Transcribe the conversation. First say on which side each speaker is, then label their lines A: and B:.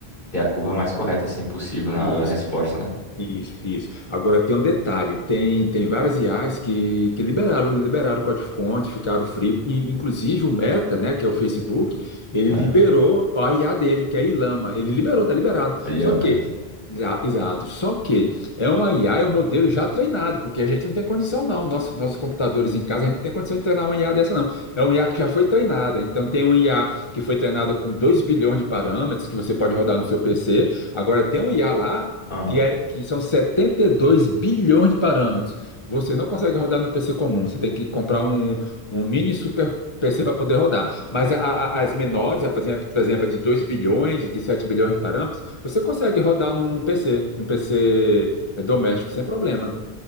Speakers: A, on the left; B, on the left.
A: ter a curva mais correta assim possível na
B: isso.
A: hora da resposta, né?
B: Isso, isso. Agora tem um detalhe, tem, tem várias IAs que, que liberaram, liberaram o código-fonte, ficaram free, e, inclusive o Meta, né, que é o Facebook, ele
A: Aham.
B: liberou a IA dele, que é a Llama, ele liberou, tá liberado.
A: Olha,
B: Só
A: mano.
B: que, exa- exato, só que é uma IA, é um modelo já treinado, porque a gente não tem condição não, Nosso, nossos computadores em casa, a gente não tem condição de treinar uma IA dessa não. É uma IA que já foi treinada, então tem uma IA que foi treinada com 2 bilhões de parâmetros, que você pode rodar no seu PC, Agora tem um IA lá
A: Aham.
B: que, é, que são 72 bilhões de parâmetros. Você não consegue rodar no PC comum, você tem que comprar um, um mini super PC para poder rodar. Mas a- a- as menores, por exemplo, por exemplo, a de 2 bilhões, de 7 bilhões de parâmetros, você consegue rodar no, no PC, no PC doméstico, sem problema.